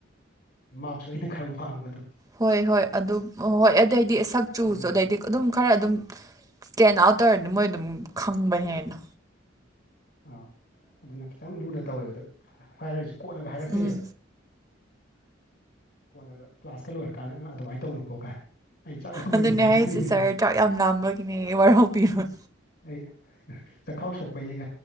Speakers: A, on the left; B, on the right.
A: ꯃꯔꯁꯨ ꯑꯩꯅ ꯈꯔ ꯋꯥꯡꯕ ꯑꯗꯣ
B: ꯍꯣꯏ ꯍꯣꯏ ꯑꯗꯨꯝ ꯍꯣꯏ ꯑꯗꯨꯗꯩꯗꯤ ꯁꯛ ꯆꯨꯕꯁꯨ
A: ꯑꯗꯨꯝꯕꯩꯁꯨ
B: ꯑꯗꯨꯗꯩꯗꯤ ꯑꯗꯨꯝ ꯈꯔ ꯑꯗꯨꯝ ꯁ꯭ꯀꯦꯟ ꯑꯥꯎꯠ ꯇꯧꯔꯗꯤ ꯃꯣꯏ ꯑꯗꯨꯝ ꯈꯪꯕꯅꯦ ꯍꯥꯏꯅ
A: ꯑꯥ ꯑꯗꯨꯅ ꯈꯤꯇꯪ ꯂꯨꯅ ꯇꯧꯋꯦꯕꯗ ꯍꯥꯏꯔꯒꯁꯨ ꯀꯣꯠꯂꯒ ꯍꯥꯏꯔꯛꯇꯣꯏꯅꯦꯕ
B: ꯎꯝ
A: ꯀꯣꯟꯅꯒ ꯀ꯭ꯂꯥꯁꯀ ꯂꯣꯏꯔ ꯀꯥꯟꯗ ꯑꯗꯨꯃꯥꯏꯅ ꯇꯧꯅꯨꯀꯣꯒꯥꯏ ꯑꯩꯅ ꯆꯠꯂꯝꯝꯕꯩꯅꯦꯒ
B: ꯑꯗꯨꯅꯦ
A: ꯍꯥꯏꯖꯔꯃꯤꯅꯦꯒꯣ
B: ꯍꯥꯏꯁꯦ ꯁꯥꯔ ꯆꯥꯛ ꯌꯥꯝ ꯂꯥꯝꯕꯒꯤꯅꯦ ꯋꯥꯔꯍꯧꯕꯤꯔꯨꯅꯦ
A: ꯑꯩ ꯆ ꯈꯥꯎ ꯁꯣꯛꯥꯏꯩꯒ